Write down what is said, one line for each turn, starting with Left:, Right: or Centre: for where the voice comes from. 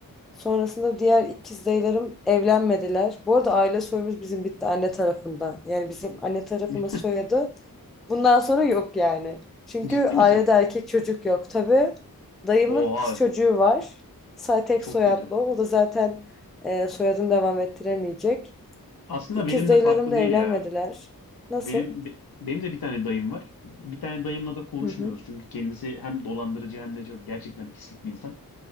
Centre: Sonrasında diğer ikiz dayılarım evlenmediler. Bu arada aile soyumuz bizim bitti anne tarafından. Yani bizim anne tarafımız
Left: <laughs>
Centre: soyadı. Bundan sonra yok yani. Çünkü
Left: Ciddi
Centre: ailede
Left: misin?
Centre: erkek çocuk yok. Tabii dayımın
Left: Oha
Centre: kız çocuğu var. Sa tek
Left: çok
Centre: soyadlı
Left: kötü.
Centre: o. O da zaten e, soyadını devam ettiremeyecek.
Left: Aslında
Centre: İkiz
Left: benim
Centre: dayılarım
Left: de farklı
Centre: da
Left: değil
Centre: evlenmediler.
Left: ya.
Centre: Nasıl?
Left: Benim be- benim de bir tane dayım var. Bir tane dayımla da konuşmuyoruz
Centre: Hı hı.
Left: çünkü kendisi hem dolandırıcı hem de çok gerçekten pislik bir insan.